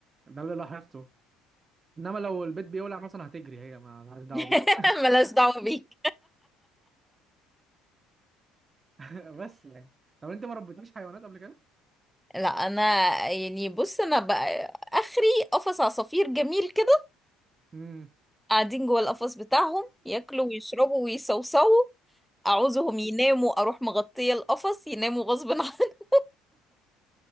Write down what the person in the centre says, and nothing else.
<laughs>
ملاش دعوة بيك
لا انا يعني بص انا بقى اخري قفص عصافير جميل كده
قاعدين جوه القفص بتاعهم ياكلوا ويشربوا ويصوصوا اعوزهم يناموا اروح مغطيه القفص يناموا غصب عني <laughs>